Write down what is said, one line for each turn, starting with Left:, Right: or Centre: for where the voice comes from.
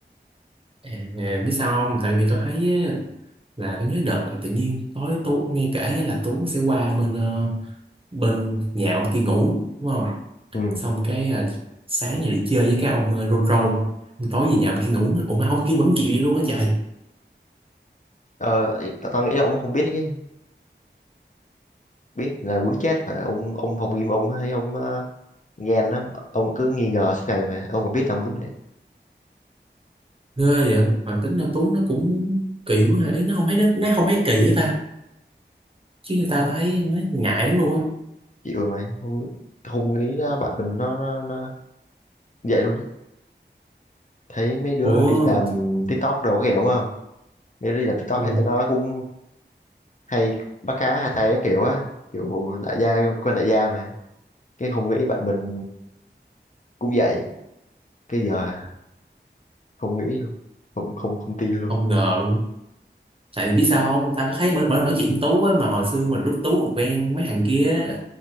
Right: à, à, biết sao không tại vì tôi thấy á, là tôi nhớ đợt là tự nhiên tối tú nghe kể á, là tú sẽ qua bên ờ, bên nhà ông kia ngủ đúng không
Left: ừ.
Right: xong cái ờ, sáng này đi chơi với cái ông ờ, rong roi tối về nhà ông kia ngủ ủa mà ông kia vẫn chịu vậy luôn á trời
Left: ờ, ý- tao tao nghĩ ông không biết chứ biết là muốn chết rồi ông ông phòng Ghim ông hay ông ờ, ghen lắm ông cứ nghi ngờ suốt ngày mà ông không biết làm muốn đấy
Right: ghê vậy mà tính là Tuấn nó cũng kỳ quá ha. ý nó không thấy nó, nó không thấy kỳ hết ta chứ người ta tao thấy nó ngại lắm luôn á
Left: chịu rồi mày không biết- không nghĩ là bạn mình nó nó, nó vậy luôn đấy thấy mấy đứa
Right: ủa
Left: đi làm TikTok đồ cái kiểu đúng không mấy đứa đi làm TikTok
Right: ờ,
Left: thấy tụi nó cũng hay bắt cá hai tay cái kiểu á kiểu đại gia quen đại gia mà cái không nghĩ bạn mình cũng vậy cái giờ không nghĩ luôn không không không tin luôn
Right: không ngờ luôn á. tại vì biết sao không tao có thấy mỗi mỗi lần nói chuyện với Tú á mà hồi xưa mình lúc Tú còn quen mấy thằng kia á,